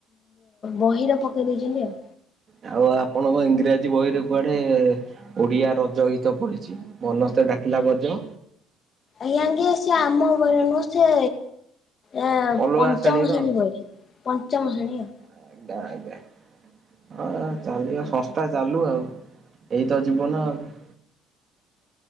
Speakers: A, on the left; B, on the right.
A: ବହିରେ ପକେଇ ଦେଇଛନ୍ତି ଆଉ
B: ଆଉ ଆପଣଙ୍କ ଇଂରାଜୀ ବହିରେ କୁଆଡେ ଓଡିଆ ରଜ ଗୀତ ପଢିଛି। ବନସ୍ତେ ଡାକିଲା ଗଜ।
A: ଆଜ୍ଞା କି ସେ‌ ଆମ ବହିରେ ନୁହେଁ ସେ ଏ
B: ଅଲଗା
A: ପଞ୍ଚମ
B: ଶ୍ରେଣୀର
A: ଶ୍ରେଣୀ
B: ଆଉ।
A: ବହିରେ ପଞ୍ଚମ ଶ୍ରେଣୀ ଆଉ
B: ଆଜ୍ଞା ଆଜ୍ଞା। ହଁ ଚାଲିବା ସଂସ୍ଥା ଚାଲୁ ଆଉ ଏଇତ ଜୀବନ ଆଉ